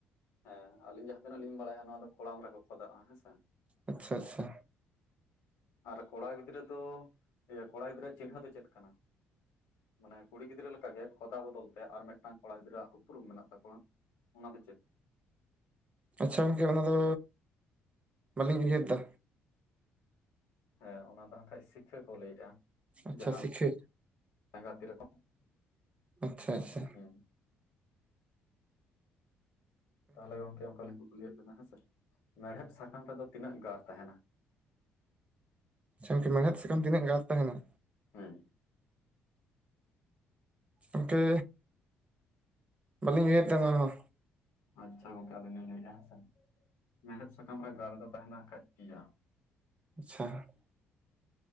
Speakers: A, on the left; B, on the right.
A: ᱦᱮᱸ ᱟᱞᱤᱧ ᱡᱟᱦᱟᱸ ᱛᱤᱱᱟᱹᱜ ᱞᱤᱧ ᱵᱟᱲᱟᱭᱟ ᱱᱚᱣᱟ ᱫᱚ ᱠᱚᱲᱟᱢ ᱨᱮᱠᱚ ᱠᱷᱚᱫᱟᱜᱼᱟ ᱦᱮᱸᱥᱮ
B: ᱟᱪᱪᱷᱟ ᱟᱪᱪᱷᱟ
A: ᱟᱨ ᱠᱚᱲᱟ ᱜᱤᱫᱽᱨᱟᱹ ᱫᱚ ᱤᱭᱟᱹ ᱠᱚᱲᱟ ᱜᱤᱫᱽᱨᱟᱹᱣᱟᱜ ᱪᱤᱱᱦᱟᱹ ᱫᱚ ᱪᱮᱫ ᱠᱟᱱᱟ? ᱢᱟᱱᱮ ᱠᱩᱲᱤ ᱜᱤᱫᱽᱨᱟᱹ ᱞᱮᱠᱟᱜᱮ ᱠᱷᱚᱫᱟ ᱵᱚᱫᱚᱞ ᱛᱮ ᱟᱨ ᱢᱤᱫᱴᱟᱝ ᱠᱚᱲᱟ ᱜᱤᱫᱽᱨᱟᱹᱣᱟᱜ ᱩᱯᱨᱩᱢ ᱢᱮᱱᱟᱜ ᱛᱟᱠᱚᱣᱟ ᱚᱱᱟ ᱫᱚ ᱪᱮᱫ?
B: ᱟᱪᱪᱷᱟ ᱜᱚᱝᱠᱮ ᱚᱱᱟ ᱫᱚ ᱵᱟᱹᱞᱤᱧ ᱩᱭᱦᱟᱹᱨ ᱫᱟ
A: ᱦᱮᱸ ᱚᱱᱟ ᱫᱚ ᱦᱟᱸᱜ ᱠᱷᱟᱡ ᱥᱤᱠᱷᱟᱹ ᱠᱚ ᱞᱟᱹᱭᱮᱜᱼᱟ
B: ᱟᱪᱪᱷᱟ
A: ᱡᱟᱦᱟᱸ
B: ᱥᱤᱠᱷᱟᱹ
A: ᱞᱮᱸᱜᱟ ᱛᱤ ᱨᱮᱠᱚ
B: ᱟᱪᱪᱷᱟ ᱟᱪᱪᱷᱟ
A: ᱦᱩᱸ ᱛᱟᱦᱚᱞᱮ ᱜᱚᱝᱠᱮ ᱚᱱᱠᱟᱞᱤᱧ ᱠᱩᱠᱞᱤᱭᱮᱫ ᱠᱤᱱᱟ ᱦᱮᱸᱥᱮ ᱢᱮᱲᱦᱮᱫ ᱥᱟᱠᱟᱢ ᱨᱮᱫᱚ ᱛᱤᱱᱟᱹᱜ ᱜᱟᱨ ᱛᱟᱦᱮᱱᱟ?
B: ᱟᱪᱪᱷᱟ ᱜᱚᱢᱠᱮ ᱢᱮᱲᱦᱮᱫ ᱥᱟᱠᱟᱢ ᱛᱤᱱᱟᱹᱜ ᱜᱟᱨ ᱛᱟᱸᱦᱮᱱᱟ?
A: ᱦᱮᱸ
B: ᱜᱚᱝᱠᱮ ᱵᱟᱹᱞᱤᱧ ᱩᱭᱦᱟᱹᱨᱟ ᱫᱟ ᱱᱚᱶᱟ ᱦᱚ
A: ᱟᱪᱪᱷᱟ ᱜᱚᱝᱠᱮ ᱟᱹᱞᱤᱧ ᱞᱤᱧ ᱞᱟᱹᱭᱮᱫᱼᱟ ᱦᱮᱸᱥᱮ ᱢᱮᱲᱦᱮᱫ ᱥᱟᱠᱟᱢ ᱨᱮ ᱜᱟᱨ ᱫᱚ ᱛᱟᱦᱮᱱᱟ ᱦᱟᱠᱷᱟᱱ ᱯᱤᱭᱟ
B: ᱟᱪᱪᱷᱟ